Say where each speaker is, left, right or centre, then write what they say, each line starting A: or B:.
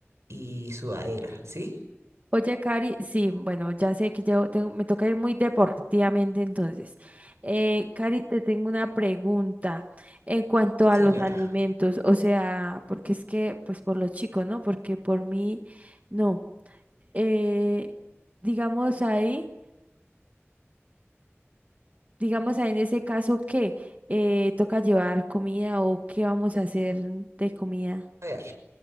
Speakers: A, on the right; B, on the right.
A: y sudadera, ¿sí?
B: Oye, Cari, sí, bueno, ya sé que yo tengo, me toca ir muy deportivamente entonces. Eh, Cari, te tengo una pregunta en cuanto a
A: Señora.
B: los alimentos, o sea, porque es que, pues por los chicos, ¿no? Porque por mí, no. Eh, digamos ahí, digamos ahí en ese caso, ¿qué? Eh, ¿toca llevar comida o qué vamos a hacer de comida?
A: A ver.